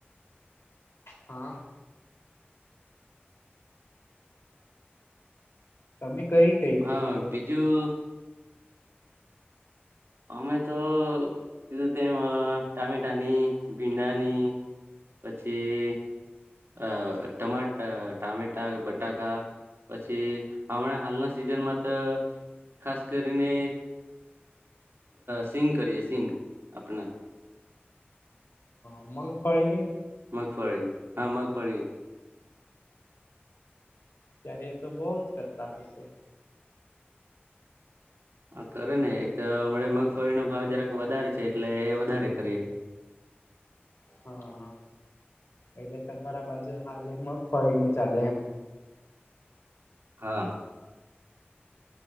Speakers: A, on the left (about 80°); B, on the right (about 80°).
A: હા. તમે કઈ કઈ
B: હા
A: ખેતી કરો
B: બીજું અમે તોધું તેમ ટામેટાની ભીંડાની, પછી અ ટ ટામેટા બટાકા, પછી હમણાં હાલના સિઝનમાં તો, ખાસ કરીને સિઘ કરીએ સિંઘ આપણા.
A: અમાં ક પાળ કે?
B: મગફળી હા મગ ફળી.
A: ત્યારે એ તો બહ જ કરતા હશે.
B: હા કરે ને એક તો હણા મગફળીનો ભાવ જરાક વધારે છે એટલે એ વધારે કરીએ.
A: હા, એટલે સફરા બાજુ હાલે મગ ફળી ન ચાલે એમ.
B: હા.